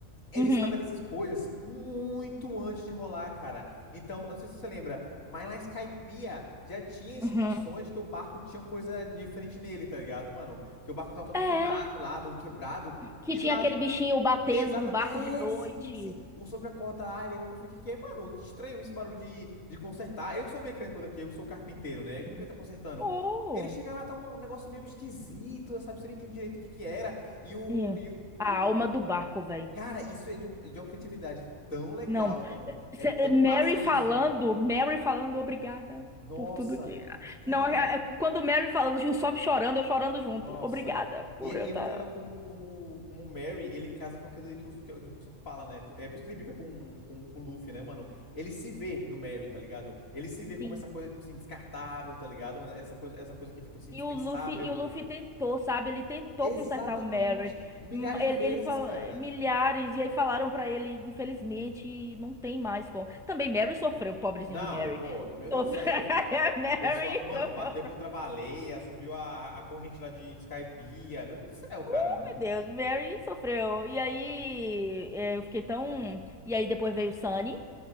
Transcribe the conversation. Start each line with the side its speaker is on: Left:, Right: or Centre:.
Left: Ele
Centre: Uhum,
Left: estabelece as coisas muito antes de rolar, cara. Então, eu não sei se você lembra, mas na Skypiea já tinha insinuações
Centre: uhum.
Left: que o barco tinha coisa diferente nele, tá ligado, mano? Que o barco tava todo
Centre: É,
Left: ferrado lá, todo quebrado.
Centre: que
Left: E
Centre: tinha
Left: do nada.
Centre: aquele bichinho batendo
Left: Exatamente.
Centre: no barco
Left: É,
Centre: de noite.
Left: sim, sim. O Sop acorda lá, ele vai conferir o que que é. Mano, que estranho esse barulho de, de consertar. Eu que sou mecânico daqui, eu que sou carpinteiro, né?
Centre: Sim.
Left: O que devia estar consertando?
Centre: Oh.
Left: Ele chega lá, tá um, um negócio meio esquisito, sabe? Você não entende direito o que que era. E o,
Centre: É.
Left: e o, o-
Centre: A alma
Left: e o...
Centre: do barco, velho.
Left: Cara, isso é de, um, é de uma criatividade tão legal,
Centre: Não,
Left: mano. É
Centre: Cê-
Left: tão
Centre: eh, Mary
Left: massa
Centre: falando,
Left: isso.
Centre: Mary falando, obrigada
Left: Nossa,
Centre: por tudo que.
Left: cara.
Centre: Não, é- é- quando Mary falando, o Usopp chorando, eu chorando junto.
Left: Nossa.
Centre: Obrigada por
Left: E é,
Centre: eu
Left: e
Centre: estar.
Left: é muito legal como, como, como o Merry, ele casa com aquilo que o, que, aquilo que o Sop fala, né? É por isso que ele brinca com, com, com o Luffy, né, mano? Ele se vê no Merry, tá ligado? Ele se vê como
Centre: Sim.
Left: essa coisa, tipo assim, descartável, tá ligado? Mano, Essa coisa, essa coisa que é, tipo assim,
Centre: E
Left: indispensável.
Centre: o Luffy, e o Luffy tentou, sabe? Ele tentou
Left: Exatamente.
Centre: consertar o Mary.
Left: Milhares
Centre: Hum, Ele,
Left: de vezes,
Centre: ele falou
Left: cara.
Centre: milhares, e aí falaram pra ele, infelizmente, não tem mais como. Também Mary sofreu, pobrezinho
Left: Não,
Centre: do Mary.
Left: pô, meu Deus
Centre: Sof-
Left: do céu.
Centre: <laughs> Mary
Left: O pessoal, mano,
Centre: sofreu.
Left: bateu contra a baleia, subiu a, a corrente lá de, de Skypiea. Meu Deus do céu, cara.
Centre: Meu
Left: Não...
Centre: Deus, Mary sofreu. E aí, é, eu fiquei tão. E aí depois veio o Sunny.